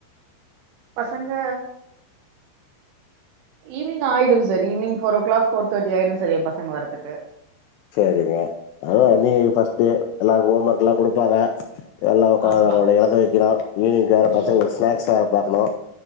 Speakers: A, on the right (about 80°); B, on the left (about 85°).
A: பசங்க ஈவ்னிங் ஆயிடும் sir evening four o'clock four thirty ஆயிடும் சார் எ பசங்க வரதுக்கு
B: சரிங்க அத நீ
A: ம்
B: பஸ்டே எல்லாருக்கு ஹோம் ஒர்க்ல்லா குடுப்பாங்க எல்லா ஒக்கார
A: ஆமா
B: அவங்கள எழுத வக்கனு ஈவினிங் வேற
A: ம்
B: பசங்களுக்கு ஸ்நாக்ஸ் வேற பாக்கணு